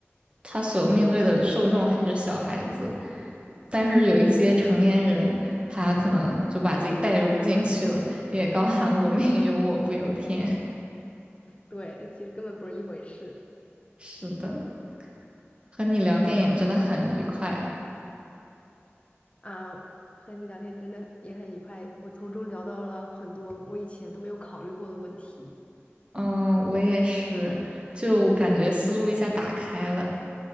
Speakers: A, on the right (about 25°); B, on the left (about 25°).
A: 他所面对的受众还是小孩子，但是有一些成年人，他可能就把自己带入进去了，也高喊“我命由我不由天” <laughs>。
B: 对，其实根本不是一回事
A: 是的。和你聊电影真的很愉快。
B: 啊。和你聊天真的也很愉快，我从中聊到了很多我以前都没有考虑过的问题。
A: 嗯，我也是，就感觉思路一下打开了。